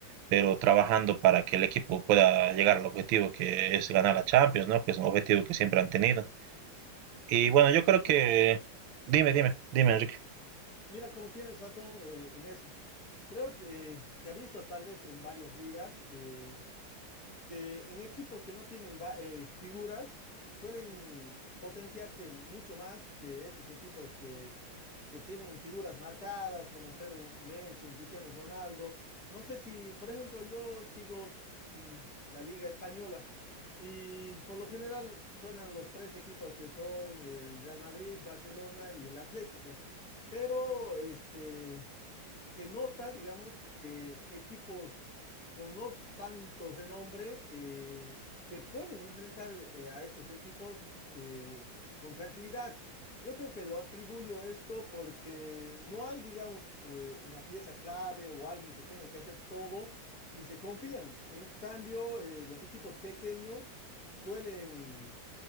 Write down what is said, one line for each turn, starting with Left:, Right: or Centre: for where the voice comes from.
Right: pero trabajando para que el equipo pueda llegar al objetivo que es ganar la Champions, ¿no? Que es un objetivo que siempre han tenido. Y bueno, yo creo que,
Left: Sí,
Right: dime, dime, dime, Enrique.
Left: mira, como tienes razón eh, en eso. Creo que eh, se ha visto tal vez en varias ligas eh, que en equipos que no tienen va- eh, figuras suelen potenciarse mucho más que esos equipos que, que tienen figuras marcadas como ser un Messi, un Cristiano Ronaldo. No sé si, por ejemplo, yo sigo mm, la liga española y por lo general suenan los tres equipos que son el Real Madrid, Barcelona y el Atlético. Pero este, se nota, digamos, que equipos con no tanto renombre eh, se pueden enfrentar eh, a estos equipos eh, con tranquilidad. Yo creo que lo atribuyo esto porque no hay, digamos, eh, una pieza clave o alguien que tenga que hacer todo y se confían. En cambio, eh, los equipos pequeños suelen